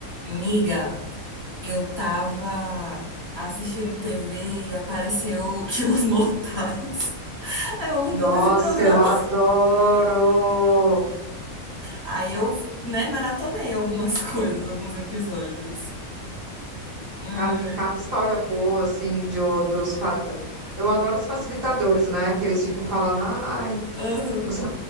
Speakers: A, on the right; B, on the right.
A: Miga, eu tava assistindo TV e apareceu Quilos Mortais. <laughs> Eu amo
B: Nossa,
A: tanto esse programa.
B: eu adoro!
A: Aí eu, né, maratonei algumas <laughs> coisas, alguns episódios. Ai,
B: Cara, tem cada história boa, assim, de, o- dos. fa- Eu adoro os facilitadores, né? Que eles ficam falando, ai,
A: aham,
B: você